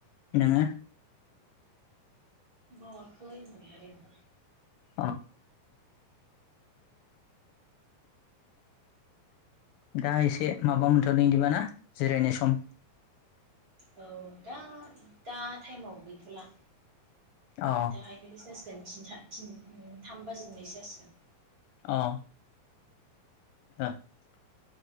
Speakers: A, on the left; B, on the right.
A: नोङो
B: मावाखै होनबायना ओरैनो दं।
A: अ दा एसे माबा मोनथ'दों इदिबा ना जिरायनाय सम
B: औ दा दा टाइमाव गैथ'ला
A: अ
B: दाहायनिफायसो जासिगोन टिनथा टिन ओ थाम बाजिनिफ्रायसो जासिगोन।
A: अ <unintelligible>